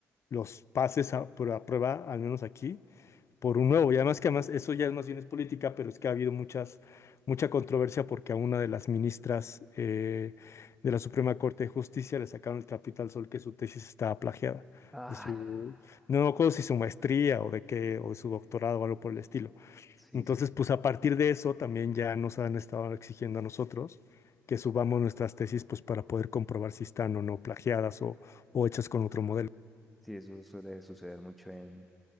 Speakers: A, on the left; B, in the centre.
A: los pases a, a prueba, al menos aquí, por un nuevo. Y además que además eso ya es más bien es política, pero es que ha habido muchas, mucha controversia porque a una de las ministras eh, de la Suprema Corte de Justicia le sacaron el trapito al sol que su tesis estaba plagiada.
B: Ah,
A: De su, no me acuerdo si su maestría o de qué, o de su doctorado o algo por el estilo.
B: sí,
A: Entonces,
B: sí.
A: pues a partir de eso también ya nos han estado exigiendo a nosotros que subamos nuestras tesis pues para poder comprobar si están o no plagiadas o, o hechas con otro modelo.
B: Sí, eso suele suceder mucho en,